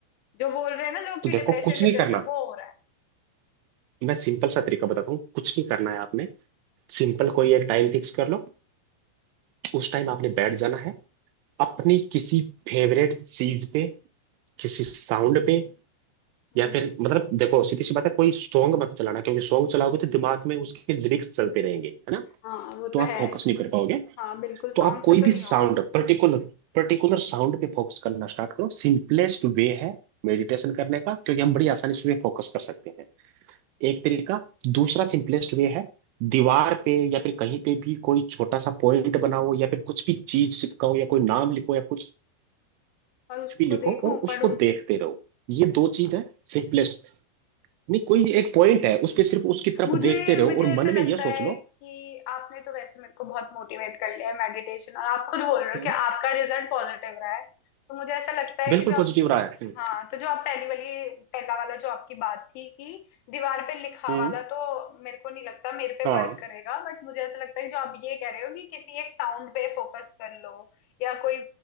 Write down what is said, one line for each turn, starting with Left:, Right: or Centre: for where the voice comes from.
Left: जो बोल रहे हैं ना लोग
Right: तो
Left: कि
Right: देखो
Left: डिप्रेशन
Right: कुछ
Left: डिप्रेशन
Right: नहीं करना
Left: वो हो रहा है
Right: मैं सिंपल सा तरीका बताता हूँ कुछ नहीं करना है आपने सिंपल कोई एक टाइम फिक्स कर लो उस टाइम आपने बैठ जाना है अपनी किसी फेवरेट चीज पे किसी साउंड पे
Left: हम्म
Right: या फिर मतलब देखो सीधी सी बात है कोई सॉन्ग मत चलाना क्योंकि सॉन्ग चलाओगे तो दिमाग में उसके लिरिक्स चलते रहेंगे है ना
Left: हाँ वो
Right: तो
Left: तो
Right: आप
Left: है
Right: फोकस नहीं कर पाओगे
Left: हाँ बिल्कुल सॉन्ग
Right: तो आप
Left: से
Right: कोई
Left: तो
Right: भी
Left: नहीं
Right: साउंड
Left: होगा
Right: पर्टिकुलर पर्टिकुलर साउंड पे फोकस करना स्टार्ट करो सिंपलेस्ट वे है मेडिटेशन करने का क्योंकि हम बड़ी आसानी से फोकस कर सकते हैं एक तरीका दूसरा सिंपलेस्ट वे है दीवार पे या फिर कहीं पे भी कोई छोटा सा पॉइंट बनाओ या फिर कुछ भी चीज चिपकाओ या कोई नाम लिखो या कुछ
Left: और उसको
Right: भी लिखो
Left: देखूं
Right: और
Left: पढूं
Right: उसको देखते रहो ये दो
Left: अच्छा
Right: चीज है सिंपलेस्ट नहीं कोई एक पॉइंट है
Left: हम्म
Right: उस पे सिर्फ उसकी तरफ
Left: मुझे
Right: देखते
Left: मुझे
Right: रहो और
Left: ऐसा
Right: मन
Left: लगता
Right: में ये
Left: है
Right: सोच लो
Left: कि आपने तो वैसे मेरे को बहुत मोटिवेट कर लिया है मेडिटेशन और आप खुद बोल रहे हो
Right: हम्म,
Left: कि आपका रिजल्ट पॉजिटिव रहा है तो मुझे ऐसा लगता है
Right: बिल्कुल
Left: कि जो
Right: पॉजिटिव रहा है हम्म
Left: हाँ तो जो आप पहली वाली पहला वाला जो आपकी बात थी कि दीवार पे लिखा
Right: हम्म,
Left: वाला तो मेरे को नहीं लगता मेरे पे
Right: हाँ
Left: वर्क करेगा बट मुझे ऐसा लगता है जो आप ये कह रहे हो कि किसी एक साउंड पे फोकस कर लो या कोई